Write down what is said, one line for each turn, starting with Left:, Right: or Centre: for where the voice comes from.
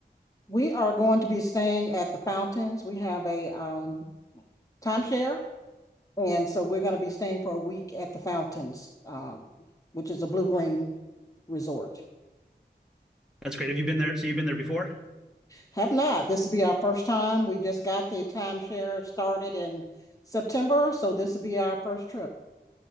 Left: We are going to be staying at the fountains. We have a um, timeshare, and so we're going to be staying for a week at the fountains, um, which is a blue green resort.
Centre: That's great. Have you been there? So you've been there before?
Left: Have not. This will be our first time. We just got the timeshare started in September, so this will be our first trip.